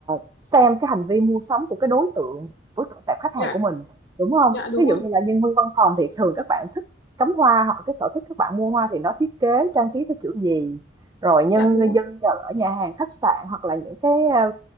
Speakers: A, on the right (about 20°); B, on the left (about 65°).
A: xem cái hành vi mua sắm của cái đối tượng đối tượng tệp khách hàng
B: dạ
A: của mình đúng không?
B: dạ đúng
A: Ví
B: rồi
A: dụ như là nhân viên văn phòng thì thường các bạn thích cắm hoa hoặc là cái sở thích các bạn mua hoa thì nó thiết kế trang trí theo kiểu gì? Rồi nhân
B: dạ đúng rồi
A: dân ở nhà hàng khách sạn hoặc là những cái à,